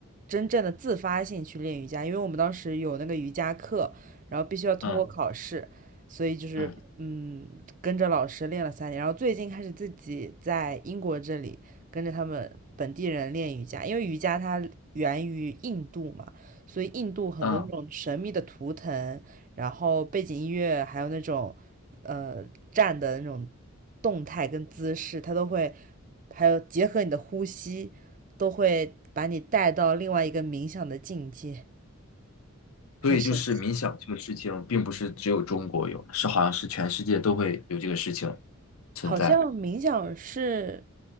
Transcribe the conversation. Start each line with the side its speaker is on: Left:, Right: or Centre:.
Right: 真正的自发性去练瑜伽，因为我们当时有那个瑜伽课，然后必须要通过考试，
Left: 嗯
Right: 所以就是嗯，
Left: 嗯
Right: 跟着老师练了三年，然后最近开始自己在英国这里跟着他们本地人练瑜伽，因为瑜伽它源于印度嘛，所以印度很多那种神秘的图腾。
Left: 嗯。
Right: 然后背景音乐还有那种呃站的那种动态跟姿势，它都会，还有结合你的呼吸，都会把你带到另外一个冥想的境界，很神奇。
Left: 所以就是冥想这个事情，并不是只有中国有，是好像是全世界都会有这个事情存在
Right: 好像冥想是